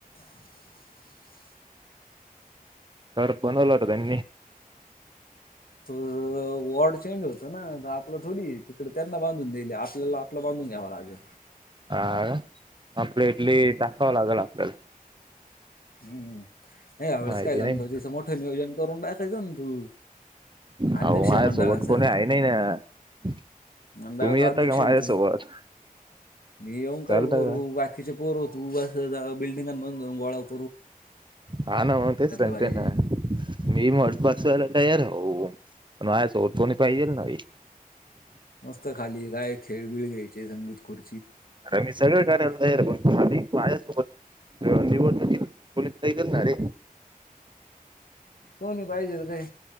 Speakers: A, on the left; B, on the right.
A: <inaudible>
B: तर बनवलं होत त्यांनी.
A: तर वॉर्ड चेंज होत ना आपलं थोडी तिकड त्यांना बांधून दिली आप आपलं बांधून घ्यावा राजे
B: हा आपल्या इतली टाखवं लागेल आपल्याला
A: हम्म नाही या वेळेस
B: माहिती
A: काय गणपती
B: नाही
A: तिचं मोठं नियोजन करून टाकायचं ना तू अध्यक्ष
B: आहो माझ्या
A: आहे मंडळाचा
B: सोबत कोणी आहेय नाहीय ना
A: मंडळाचा
B: तुम्ही यता
A: अध्यक्ष
B: का
A: आहे
B: माझ्यासोबत
A: ना तू मी येऊन काय
B: चालता
A: करू
B: का
A: बाकीचे पोर हो तू बस बिल्डिंगां जाऊन गोळात
B: हा नावते सटे
A: पाहिजे
B: ना मी मोड बसवाला. तर हो पण आ स डतोणी पाहिजेल ना.
A: मस्त खाली काय खेळबिळ घ्यायचे संगीत खुर.
B: अर मी सगळं करायला तयार माझ. निवड कोणी काही करणारे.
A: कोणी पाहिजे काय